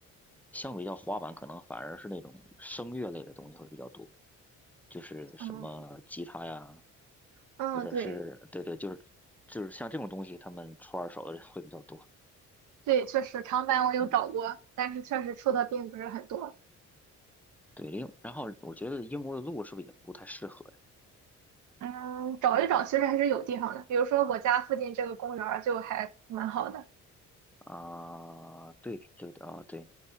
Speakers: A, in the centre; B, on the right (about 75°).
A: 相比较滑板，可能反而是那种声乐类的东西会比较多。就是什么吉他呀，
B: 嗯嗯，
A: 或者是对对，
B: 对
A: 就是就是像这种东西，他们出二手的人会比较多。
B: 对，确实长板我有找过，
A: 嗯，
B: 但是确实出的并不是很多。
A: 对，另然后我觉得英国的路是不是也不太适合呀？
B: 嗯，找一找其实还是有地方的，比如说我家附近这个公园儿就还蛮好的。
A: 啊、对对的啊、对